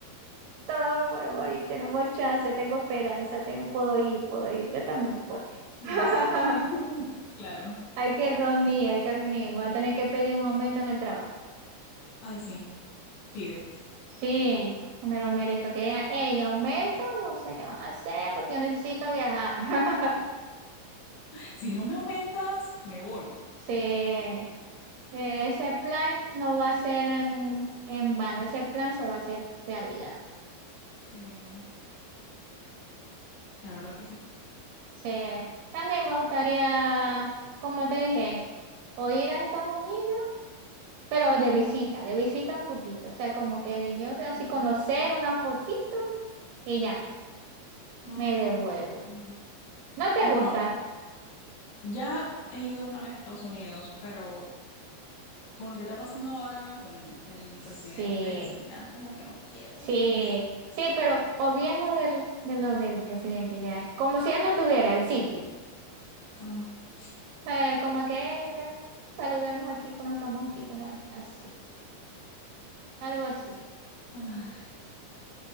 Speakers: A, on the right (about 75°); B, on the left (about 85°).
A: Todos podemos
B: Sí.
A: ir, tenemos chance, tengo esperanza, tengo, puedo ir, puedo ir. Yo también puedo.
B: Sí,
A: <laughs>
B: sí. <laughs> Claro.
A: Hay que reunir, hay que reunir. Voy a tener que pedir un aumento en el trabajo.
B: Ay, sí, pide.
A: Sí, me lo merezco. Que digan, hey, aumento, no sé qué van a hacer porque yo necesito viajar. <laughs>
B: Si no me aumentas, me voy.
A: Sí, eh,
B: Bien.
A: ese plan no va a ser en, en vano, ese plan se va a hacer realidad.
B: Sí, la verdad que sí.
A: Sí, también me gustaría, como te dije, o ir a Estados Unidos, pero
B: Mm,
A: de visita, de visita un poquito. O sea, como que yo así
B: mm,
A: conocer una fotito y ya,
B: mm,
A: me devuelvo.
B: mm.
A: ¿No te
B: Bueno,
A: gusta?
B: ya he ido una vez a Estados Unidos, pero con lo que está pasando ahora con el
A: Sí.
B: presidente y eso, ya como que no quiero,
A: Sí,
B: no sé.
A: sí, pero obviemos del, de lo del presidente ya, como si él no tuviera el sitio.
B: Ah. <gasps>
A: O sea, como que "Ey, ve, saludemos aquí, conozcamos aquí, conozcamos así, algo así.
B: Ay,